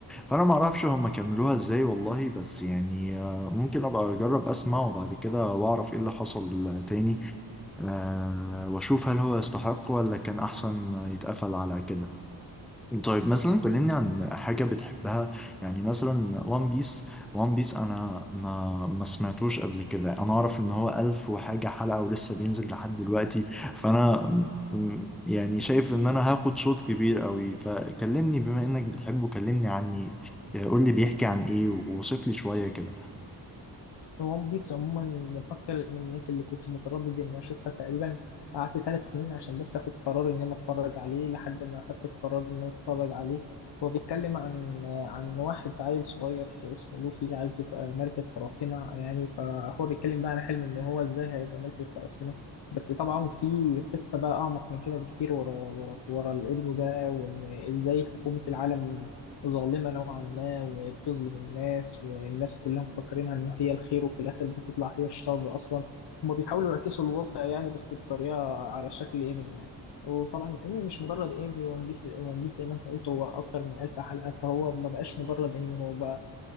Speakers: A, in the centre; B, on the left.
A: فانا ما اعرفش هم كملوها ازاي والله بس يعني آه ممكن ابقى اجرب اسمع وبعد كده واعرف ايه اللي حصل تاني آه واشوف هل هو يستحق ولا كان احسن يتقفل على كده طيب مثلا كلمني عن حاجة بتحبها يعني مثلا وان بيس وان بيس أنا ما ما سمعتوش قبل كده أنا أعرف إن هو ألف وحاجة حلقة ولسه بينزل لحد دلوقتي فأنا م- يعني شايف إن أنا هاخد شوط كبير قوي فكلمني بما إنك بتحبه كلمني عني آه، قول لي بيحكي عن إيه ووصف لي شوية كده
B: ون بيس عموما من اكتر الانميات اللي كنت متردد اني اشوفها تقريبا قعدت ثلاث سنين عشان بس اخد قرار ان انا اتفرج عليه لحد ما اخدت القرار ان انا اتفرج عليه هو بيتكلم عن عن واحد عيل صغير اسمه لوفي عايز يبقى ملك القراصنة يعني فهو بيتكلم بقى عن حلمه ان هو ازاي هيبقى ملك القراصنة بس طبعا في قصة بقى اعمق من كده بكتير ورا ورا ورا الابن ده وان ازاي حكومة العالم ظالمة نوعا ما وبتظلم الناس والناس كلها مفكرينها إن هي الخير وفي الآخر بتطلع هي الشر أصلا هما بيحاولوا يعكسوا الواقع يعني بس بطريقة على شكل أنمي يعني وطبعا الأنمي مش مجرد أنمي ون بيس ون بيس زي ما أنت قلت هو أكتر من ألف حلقة فهو ما بقاش مجرد أنمي هو بقى